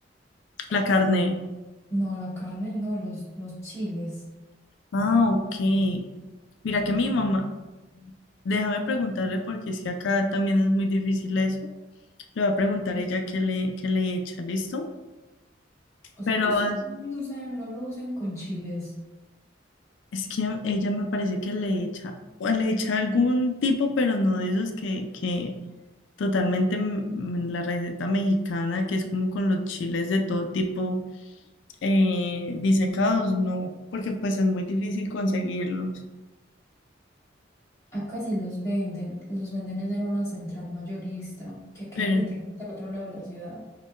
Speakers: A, on the left; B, on the left.
A: es,
B: la carne.
A: no, la carne, no, los, los chiles.
B: Ah, ok. Mira que mi mamá, déjame preguntarle porque es que acá también es muy difícil eso. Le voy a preguntar a ella qué le, qué le echa, ¿listo?
A: O
B: Pero
A: sea que ustedes
B: es
A: no lo usan, no lo usan con chiles.
B: es que ella me parece que le echa, o le echa algún tipo, pero no de esos que, que totalmente mm, la receta mexicana, que es como con los chiles de todo tipo. eh, disecados, no, porque pues es muy difícil conseguirlos,
A: Acá sí los venden, los venden es en una central mayorista que queda
B: pero
A: literalmente al otro lado de la ciudad,